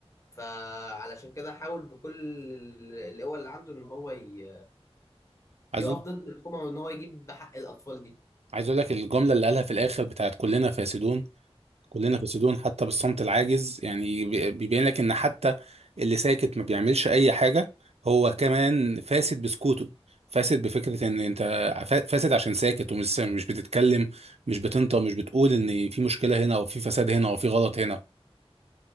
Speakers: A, on the left; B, on the right.
A: فعلشان كده حاول بكل ال- القوة اللي عنده ان هو ي...
B: عايز
A: يقف
B: اقول
A: ضد الحكومة وإن هو يجيب حق الأطفال دي
B: عايز اقول لك الجمله اللي قالها في الاخر بتاعت كلنا فاسدون كلنا فاسدون حتى بالصمت العاجز يعني بي- بيبين لك ان حتى اللي ساكت ما بيعملش اي حاجه هو كمان فاسد بسكوته فاسد بفكره ان انت فا- فاسد عشان ساكت ومش مش بتتكلم مش بتنطق مش بتقول ان في مشكله هنا او في فساد هنا او في غلط هنا